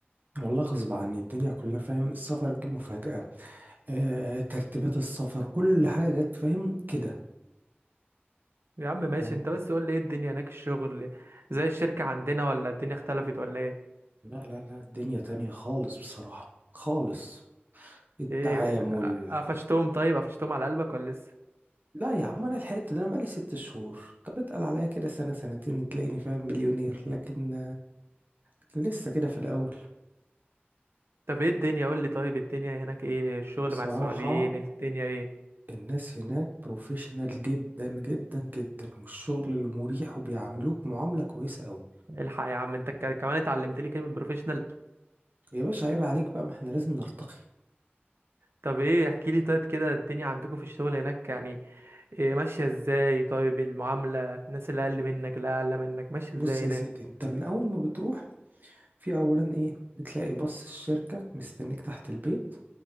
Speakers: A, on the right (about 50°); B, on the right (about 75°).
A: والله غصب عني الدنيا كلها فاهم السفر جه مفاجأة آه ترتيبات السفر كل حاجة جت فاهم كده
B: يا عم ماشي
A: يعني
B: انت بس قول لي ايه الدنيا هناك الشغل زي الشركه عندنا ولا الدنيا اختلفت ولا ايه
A: لا لا لا الدنيا تانية خالص بصراحة خالص التعامل
B: ايه قفشتهم طيب قفشتهم على قلبك ولا لسه
A: لا يا عم انا لحقت ده انا بقالي ست شهور طب اتقل عليا كده سنة سنتين تلاقيني فاهم مليونير لكن لكن لسه كده في الاول
B: طب ايه الدنيا قول لي طيب الدنيا هناك ايه الشغل
A: بصراحة
B: مع السعوديين الدنيا ايه
A: الناس هناك بروفيشنال جدا جدا جدا والشغل اللي مريح وبيعاملوك معاملة كويسة قوي
B: الحق يا عم انت ك- كمان اتعلمت لي كلمة بروفيشنال
A: يا باشا عيب عليك بقى ما احنا لازم نرتقي
B: طب ايه احكي لي طيب كده الدنيا عندكم في الشغل هناك يعني إيه ماشية ازاي طيب المعاملة الناس اللي اقل منك اللي اعلى منك ماشية
A: بص
B: ازاي
A: يا
B: هناك
A: سيدي انت من اول ما بتروح في اولا ايه بتلاقي باص الشركة مستنيك تحت البيت